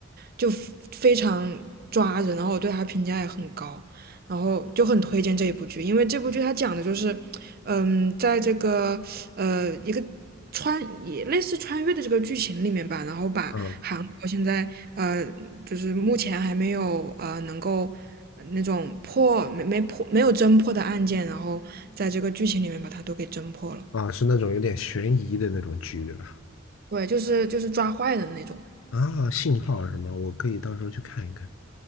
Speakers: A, on the right; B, on the left.
A: 就非常抓人，然后我对它评价也很高，然后就很推荐这一部剧，因为这部剧它讲的就是，嗯，在这个呃一个穿也类似穿越的这个剧情里面吧，然后把韩国现在呃，
B: 嗯，
A: 就是目前还没有呃能够呃那种破没没破没有侦破的案件，然后在这个剧情里面把它都给侦破了。
B: 啊，是那种有点悬疑的那种剧，对吧？
A: 对，就是就是抓坏人那种。
B: 啊，信号什么，我可以到时候去看一看。